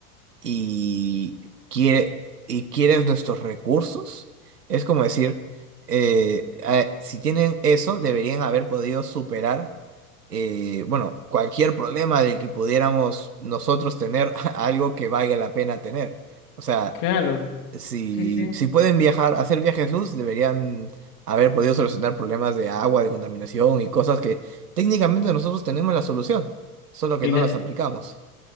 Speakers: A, on the right (about 80°); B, on the left (about 45°).
A: y, quiere, y quieres nuestros recursos. Es como decir, eh, a- si tienen eso, deberían haber podido superar, eh, bueno, cualquier problema del que pudiéramos nosotros tener <laughs> algo que valga la pena tener. O sea,
B: Claro.
A: si,
B: Sí, sí.
A: si pueden viajar, hacer viajes luz, deberían haber podido solucionar problemas de agua, de contaminación y cosas que técnicamente nosotros tenemos la solución, solo que
B: Y
A: no
B: de-
A: las aplicamos.